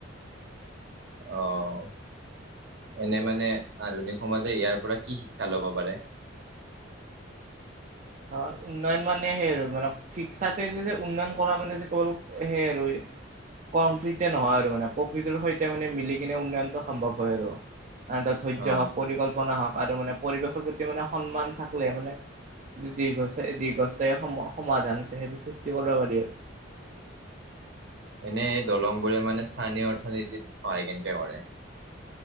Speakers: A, on the right; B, on the right.
A: অ' এনে মানে আধুনিক সমাজে ইয়াৰ পৰা কি শিক্ষা ল'ব পাৰে?
B: অ' উন্নয়ন মানে সেই আৰু মানে শিক্ষাতে যে যে উন্নয়ন কৰা মানে যে কেৱল সেই আৰু কংক্ৰিতে নহয় আৰু মানে প্ৰকৃৃতৰ সৈতে মানে মিলি কিনে উন্নয়নটো সম্ভৱ হয় আৰু। <unintelligible> এটা ধৈৰ্য
A: অ',
B: হওক, পৰিকল্পনা হওক, আৰু মানে পৰিৱেশৰ প্ৰতি মানে সন্মান থাকলেহে মানে <unintelligible> দীৰ্ঘ দীৰ্ঘস্থায়ী সম সমাধান আছে, সেইটো সৃষ্টি কৰিব পাৰি আৰু।
A: এনে এই দলঙবোৰে মানে স্থানীয় অৰ্থনীতিত সহায় কেনকে কৰে?